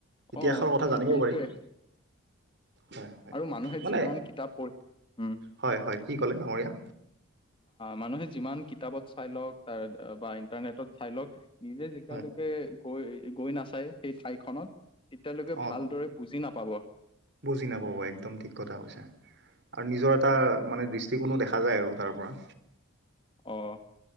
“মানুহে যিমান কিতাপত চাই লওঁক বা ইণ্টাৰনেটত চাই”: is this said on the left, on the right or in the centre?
Left